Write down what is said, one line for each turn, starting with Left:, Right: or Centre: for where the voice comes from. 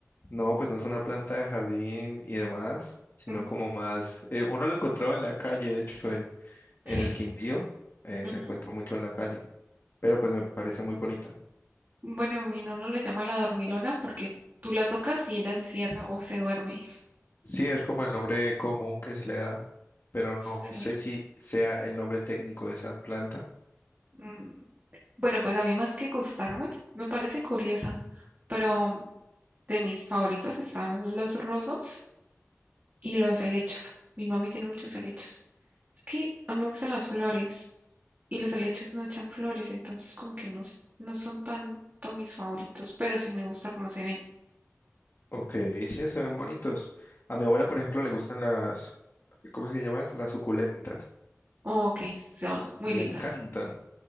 Left: No, pues no es una planta de jardín y demás, sino
Right: Ujú,
Left: como más... eh, uno lo encontraba en la calle, de hecho, en, en
Right: Sí.
Left: el Quindío, eh,
Right: ujú.
Left: se encuentra mucho en la calle, pero pues me parece muy bonita.
Right: Bueno, mi no la llama la dormilona porque tú la tocas y ella se cierra o se duerme.
Left: Sí, es como el nombre común que se le da, pero
Right: Sí.
Left: no sé si sea el nombre técnico de esa planta.
Right: mm. Bueno, pues a mí más que gustarme, me parece curiosa, pero de mis favoritas están los rosos y los helechos. Mi mami tiene muchos helechos. Es que a mí me gustan las flores y los helechos no echan flores, entonces como que no, s- no son tanto mis favoritos, pero sí me gusta cómo se ven.
Left: Ok, sí, se ven bonitos. A mi abuela, por ejemplo, le gustan las, ¿cómo se llaman? Las suculentas.
Right: Oh, Ok, son muy lindas.
Left: Le encantan.